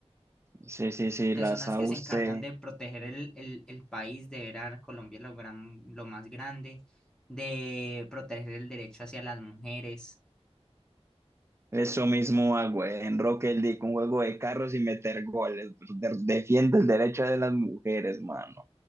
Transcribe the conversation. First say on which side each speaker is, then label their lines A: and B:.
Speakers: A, on the right; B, in the centre.
A: Sí, sí, sí,
B: que
A: la
B: son
A: sabe
B: las que se
A: usted.
B: encargan de proteger el, el, el país, de ver a Colombia lo, gran, lo más grande, de proteger el derecho hacia las mujeres.
A: Eso mismo hago eh, en Rocket League, un juego de carros y meter goles. Pues, De- defiende el derecho de las mujeres, mano.